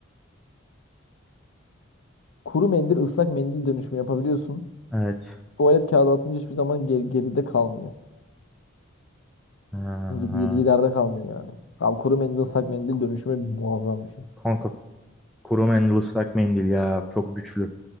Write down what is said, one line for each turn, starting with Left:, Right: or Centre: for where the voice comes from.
Left: Kuru mendil ıslak mendil dönüşümü yapabiliyorsun.
Centre: Evet.
Left: Tuvalet kağıdı atınca hiçbir zaman geri- geride kalmıyor.
Centre: Ha,
Left: Gid- Giderde kalmıyor yani. Abi kuru mendil ıslak mendil dönüşümü muazzam bir şey.
Centre: kanka kuru mendil ıslak mendil ya. Çok güçlü.